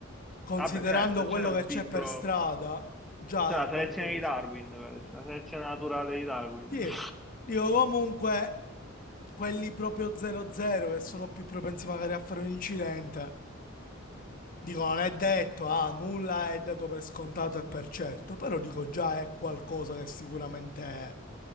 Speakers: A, on the left (about 45°); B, in the centre.
A: considerando
B: Vabbè, certo,
A: quello
B: c'è un
A: che
B: filtro,
A: c'è per strada, già
B: c'è la
A: è
B: selezione
A: qualcosa.
B: di Darwin, questa, la selezione naturale di Darwin.
A: Sì,
B: <laughs>
A: dico comunque quelli proprio 0-0 che sono più propensi magari a fare un incidente, dico non è detto, ah, nulla è dato per scontato e per certo, però dico già è qualcosa che sicuramente,